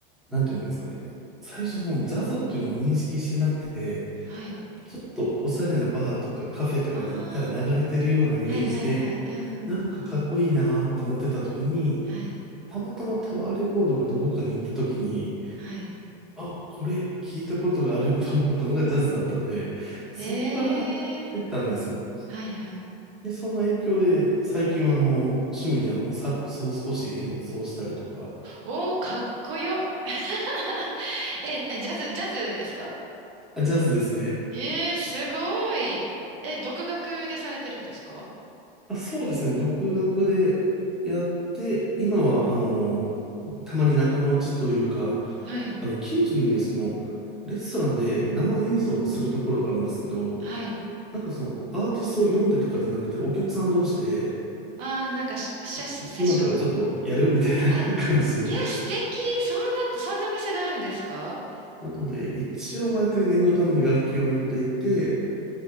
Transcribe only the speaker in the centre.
なんていうんですかね、最初そのジャズっていうのを認識してなくて、
ちょっとおしゃれなバーとかカフェとかに行ったら流れてるようなイメージで、
なんかかっこいいなと思ってた時に、
たまたまタワーレコードがどこかに行った時に、
あ、これ聞いたことがあると思ったのがジャズだったんで、そこから入ってったんですよ。
で、その影響で、最近はあの、趣味であの、サックスを少し演奏したりとか、
あ、ジャズですね。
あ、そうですね、独学でやって、今はあの、たまに仲間内というか、
あの、近所にね、その、レストランで生演奏をするところがあるんですけど、
なんかその、アーティストを読んでとかじゃなくて、お客さん同士で、
い今からちょっとやるみたいな
<laughs> 感じで、
なので、一応毎回念のために楽器を持っていて、